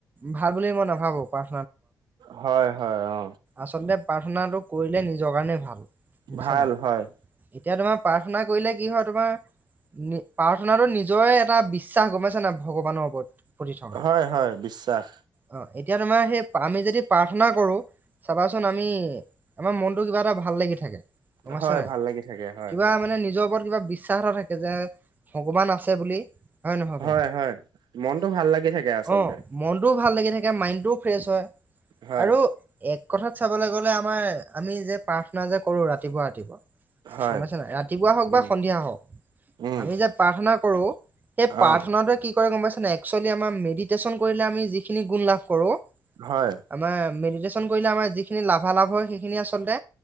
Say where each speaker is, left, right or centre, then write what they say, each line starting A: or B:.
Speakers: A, on the right; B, on the right.
A: ভাল বুলি মই নাভাবো পাৰ
B: হয় হয় অ
A: আচলতে প্ৰাৰ্থনাটো কৰিলে নিজৰ কাৰণে ভাল গম
B: ভাল
A: পাইছা নাই
B: হয়
A: এতিয়া তোমাৰ প্ৰাৰ্থনা কৰিলে কি হয় তোমাৰ প্ৰাৰ্থনাাতো নিজৰে এটা বিশ্বাস গমপাইছা নে নাই ভগৱানৰ ওপৰত প্ৰতি থকা
B: হয় হয় বিশ্বাস
A: অ এতিয়া তোমাৰ সেই আমি যদি প্ৰাৰ্থনা কৰো চাবাচোন আমি আমাৰ মনতটো কিবা এটা ভাল লাগি থাকে গম পাইছা
B: হয়
A: নাই
B: ভাল লাগি থাকে হয়
A: কিবা
B: হয়
A: মানে নিজৰ কিবা বিশ্বাস এটা থাকে যে ভগৱান আছে বুলি নহয় বাৰু
B: হয় হয় মনটো ভাল লাগি থাকে আচলতে
A: অ মনটোও ভাল লাগি থাকে মাইণ্ডতোও ফ্ৰেছ হয়
B: হয়
A: আৰু এক কথাত চাবলৈ গলে আমাৰ আমি যে প্ৰাৰ্থনা যে কৰো ৰাতিপুৱা ৰাতিপুৱা
B: হয়
A: গমপাইছানে নাই ৰাতিপুৱা হওক
B: উম।
A: বা সন্ধিয়া হওক
B: উম
A: আমি যে প্ৰাৰ্থনা কৰো সেই প্ৰাৰ্থনা
B: অ
A: কি কৰেগমপাইছানে নাই একচল্লি আমাৰ মেদিতেচন কৰিলে যিখিনি গুণ লাভ কৰো আমাৰ
B: হয়
A: মেডিতেচন কৰিলে আমাৰ যিখিনি লাভালাভ হয় সেইখিনি আচলতে